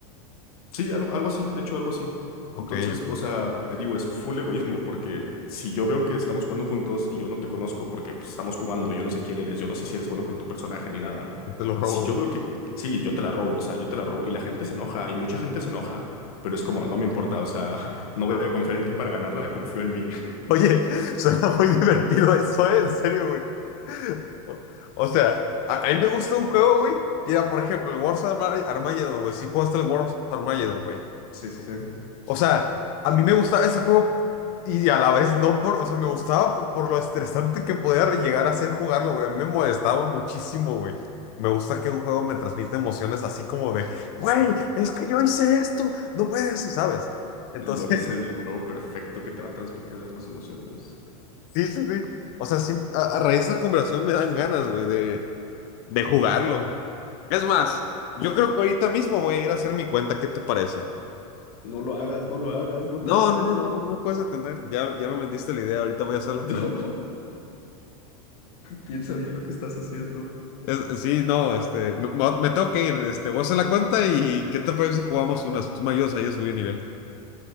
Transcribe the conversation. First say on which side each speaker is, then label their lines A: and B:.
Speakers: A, on the left; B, on the left.
A: Sí, algo, algo así, de hecho, algo así.
B: Ok,
A: Entonces,
B: ok.
A: o sea, te digo, es full egoísmo, porque si yo veo que estamos jugando juntos y yo no te conozco, porque pues, estamos jugando, yo no sé quién eres, yo no sé si eres bueno con tu personaje ni nada.
B: Yo te lo robo,
A: Si
B: güey.
A: yo veo que, sí, yo te la robo, o sea, yo te la robo, y la gente se enoja, y mucha gente se enoja, pero es como, no me importa, o sea, <laughs> no voy a confiar en ti para ganarla, confío en mí. <laughs>
B: Oye, <laughs> suena muy divertido eso, ¿eh? En serio, güey. O, o sea, a, a mí me gusta un juego, güey. Mira, por ejemplo, el Wars Arma- Armageddon, güey. Sí jugaste el Wars Armageddon, güey.
A: Sí, sí, sí.
B: O sea, a mí me gustaba ese juego y a la vez no por... O sea, me gustaba por, por lo estresante que podía re- llegar a ser jugarlo, güey. A mí me molestaba muchísimo, güey. Me gusta que un juego me transmita emociones así como de, güey, es que yo hice esto, no puedes, ¿sabes? entonces
A: LOL es el juego perfecto que te va a transmitir las más emociones.
B: Sí, sí, sí. O sea, sí, a, a raíz de esa conversación me dan ganas, güey, de, de jugarlo. Es más, yo creo que ahorita mismo voy a ir a hacer mi cuenta. ¿Qué te parece?
A: No lo hagas, no lo hagas, no
B: No,
A: te hagas
B: no,
A: eso.
B: no, no, no me puedes atender. Ya, ya me vendiste la idea. Ahorita voy a hacer
A: <laughs>
B: la
A: No,
B: cuenta.
A: piensa bien lo que estás haciendo.
B: Es- sí, no, este, me, me- me tengo que ir. Este, voy a hacer la cuenta y ¿qué te parece si jugamos unas? Tú me ayudas ahí a subir nivel.